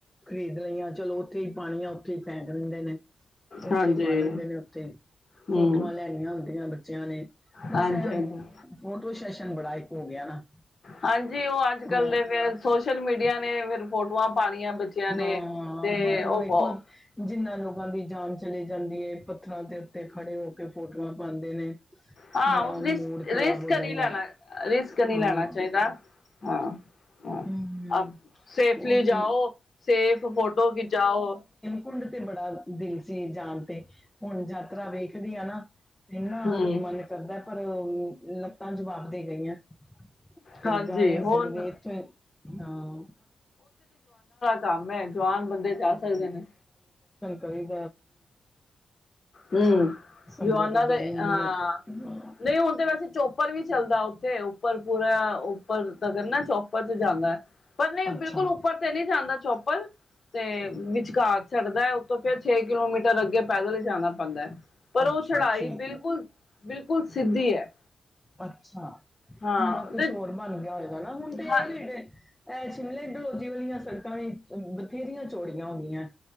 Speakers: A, in the centre; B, on the left (about 40°).
A: ਖਰੀਦ ਲਈਆਂ, ਚਲੋ ਉੱਥੇ ਹੀ ਪਾਣੀਆਂ ਉੱਥੇ ਹੀ ਫੈਂਕ ਦਿੰਦੇ ਨੇ ਉੱਥੇ
B: ਹਾਂਜੀ
A: ਪਾ ਲੈਂਦੇ ਨੇ ਉੱਥੇ
B: ਹਮ
A: ਫੋਟੋਆਂ ਲੈਣੀਆਂ ਹੁੰਦੀਆਂ ਬੱਚਿਆਂ ਨੇ ਬਸ
B: ਹਾਂਜੀ
A: ਇਹ
B: ਹਾਂਜੀ
A: ਫੋਟੋ ਸੈਸ਼ਨ ਬੜਾ ਇੱਕ ਹੋ ਗਿਆ ਨਾ
B: ਹਾਂਜ ਜੀ ਉਹ ਅੱਜ ਕੱਲ
A: ਹਾਂ
B: ਦੇ ਫੇਰ ਸੋਸ਼ਲ ਮੀਡੀਆ ਨੇ ਫੇਰ ਫੋਟੋਆਂ ਪਾਣੀਆਂ ਬੱਚਿਆਂ ਨੇ
A: ਮਆਂ
B: ਤੇ
A: ਪਰ
B: ਉਹ
A: ਦੇਖੋ
B: ਬਹੁ
A: ਜਿੰਨਾ ਲੋਕਾਂ ਦੀ ਜਾਨ ਚਲੀ ਜਾਂਦੀ ਹੈ, ਪੱਥਰਾਂ ਦੇ ਉੱਤੇ ਖੜੇ ਹੋ ਕੇ ਫੋਟੋਆਂ ਪਾਉਂਦੇ ਨੇ
B: ਹਾਂ
A: ਬੜਾ ਮੂਡ ਖ਼ਰਾਬ
B: ਰਿਸਕ
A: ਹੋ ਜਾਂਦਾ
B: ਨਹੀਂਲੈਣਾ--ਰਿਸਕ ਨਹੀਂੀ
A: ਹਾਂ
B: ਲੈਣਾ ਚਾਹੀਦਾ, ਹਾਂ--ਹਾ
A: ਹਮ
B: ਸੇਫਲੀ
A: ਉਹੀ
B: ਜਾਓ। Safe photo ਖਿਚਾਓ।
A: ਕੁੰਡ ਤੇ ਬੜਾ ਦਿਲ ਸੀ ਜਾਣ ਤੇ ਹੁਣ ਯਾਤਰਾ ਵੇਖਦੀ ਆ ਨਾ। ਏਨ--ਮਨ
B: ਹਮ
A: ਕਰਦਾ ਪਰ ਲੱਤਾਂ ਚ ਜਵਾ ਦੇਣੀਆਂ, ਤੇ
B: ਹਾਂਜੀ
A: ਜਾ ਹੀ ਨਹੀਂ
B: ਹੁਣ
A: ਸਕਦੇ ਇੱਥੋਂ ਹਾਂ।
B: ਤਮ ਹੈ ਜਵਾਨ ਬੰਦੇ ਜਾ ਸਕਦੇ ਨੇ।
A: ਕਈ।
B: ਹੂ,
A: ਸੰਗਤ
B: ਜਵਾਨਾਂ ਤੇ
A: ਗਈ ਹੁੰਦੀ
B: ਆਂ,
A: ਆ ਹਾਂ
B: ਨਹੀਂ ਹੁਣ ਤੇ ਵੈਸੇ ਚੋਪਰ ਵੀ ਚੱਲਦਾ। ਤੇ ਉੱਪਰ ਪੂਰਾ ਉੱਪਰ ਤੱਕ ਨਾ ਚੋਪਰ ਚ ਜਾਂਦਾ। ਪਰ ਨਹੀਂ
A: ਅੱਛਾ
B: ਬਿਲਕੁਲ ਉੱਪਰ ਤੇ ਨਹੀਂ ਜਾਂਦਾ ਚੋਪਾ ਪਰ ਤੇ ਵਿਚਕਾਰ ਛਡਦਾ ਉੱਤੋਂ ਫੇਿਰ ਛੇ ਕਿਲੋਮੀਟਰ ਅੱਗੇ ਪੈਦਲ ਹੀ ਜਾਣਾ ਪੈਂਦਾ-ਪਰ
A: ਅੱਛਾ
B: ਉਹ ਚੜਾਈ
A: ਠੀਕ
B: ਬਿਲਕੁਲ
A: ਹੈ
B: ਬਿਲਕੁਲ ਸਿੱਧੀ ਹੈ।
A: ਅੱਛਾ
B: ਹਾਂ
A: ਹੁਣ ਕੁਛ
B: ਤੇ
A: ਹੋਰ ਬਣ ਗਿਆ ਹੋਏਗਾ ਨਾ ਹੁਣ ਤੇ--ਏ
B: ਹਾਂ
A: ਵੀ--ਡੇ। ਐ ਸ਼ਿਮਲੇ--ਡਲੋਜੀ ਵਲੀਆਂ ਸ ਪਿ ਬਥੇਰੀਆਂ ਚੌੜੀਆਂ, ਹੋ ਗਈਆਂ